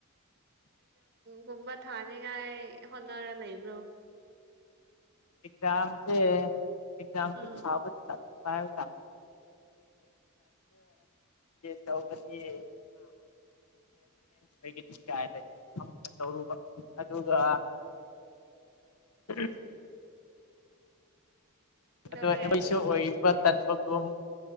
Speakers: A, on the right; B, on the left.
A: ꯒꯨꯝꯕ ꯊꯥꯅꯤꯉꯥꯏ ꯍꯣꯠꯅꯔ ꯂꯩꯕ꯭ꯔꯣ
B: ꯑꯦꯖꯥꯝꯁꯦ ꯑꯦꯖꯥꯝ ꯆ
A: ꯎꯝ
B: ꯊꯕ ꯆ ꯇ꯭ꯔꯟ ꯇꯒꯗꯤꯅꯦ ꯑꯣꯏꯒꯗꯤ ꯀꯥꯏ ꯇꯔ ꯑꯗꯨꯒ ꯎ
A: ꯀꯩꯗꯧꯔꯦ
B: ꯑ ꯑꯩꯣꯏꯁꯨ
A: ꯑꯗꯨꯒ
B: ꯑꯣꯏꯕ ꯇꯟꯕꯒꯨꯝ